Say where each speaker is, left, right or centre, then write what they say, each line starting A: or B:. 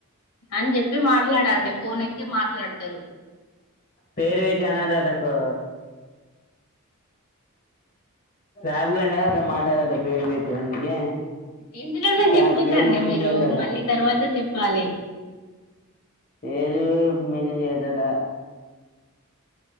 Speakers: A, on the left; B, on the left.
A: అని చెప్పి మాట్లాడండి ఫోన్ ఎత్తి మాట్లాడతారు
B: పేరు పెట్టి అనడ్డటా ఆ <unintelligible> అట మాట్లాడదట పేరు పెట్టి అందుకే
A: ఇందులోనే చెప్పొద్దండి
B: దాని పేరు మెన్షన్
A: మీరు
B: చేయొద్దట
A: మళ్ళీ తర్వాత చెప్పాలి
B: ఏదు మెయింటైన్ చేయొద్దటా